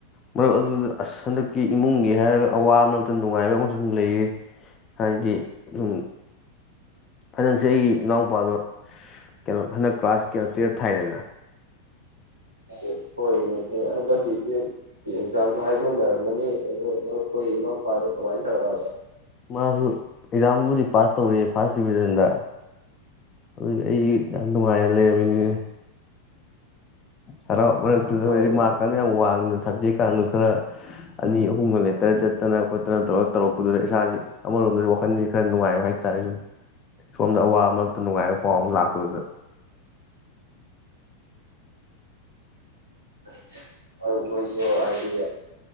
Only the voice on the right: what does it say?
<unintelligible> ꯍꯣꯏꯅꯦ ꯑꯗꯨ ꯍꯟꯗꯇꯤ ꯇꯨꯌꯦꯞ ꯀꯤ ꯑꯦꯛꯖꯥꯝꯁꯨ ꯍꯥꯏꯗꯣꯛꯅꯔꯝꯃꯅꯤ ꯑꯗꯣ ꯏꯅꯧ ꯑꯩꯈꯣꯏ ꯏꯅꯥꯎꯄꯥꯗꯣ ꯀꯃꯥꯏꯅ ꯇꯧꯔꯛꯑꯒꯦ꯫
ꯌꯥꯝ ꯐꯔꯕꯅꯤ
<unintelligible> ꯑꯧ ꯅꯣꯏꯖꯨ ꯍꯥꯏꯗꯤ